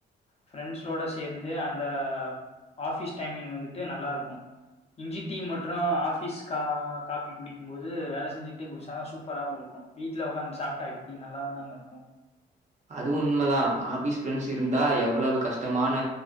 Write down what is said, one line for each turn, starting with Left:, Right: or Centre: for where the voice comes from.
Left: ஃப்ரெண்ட்ஸ்ஸோட சேர்ந்து அந்த ஆஃபீஸ் டைமிங் வந்துட்டு நல்லா இருக்கு இஞ்சி டி மற்று ஆஃபிஸ் கா காப்பி குடிக் கும் போது வேல செஞ்சுக்கிட்டே குடிச்சாதா சூப்பராவு இருக்கு வீட்ல உக்காந்து சாப்பிட்டா எப்டி நல்லா தான இருக்கு
Right: அதுவு உண்மதா ஆஃபீஸ் ஃப்ரெண்ட்ஸ் இருந்தா எவ்ளோவு கஷ்டமான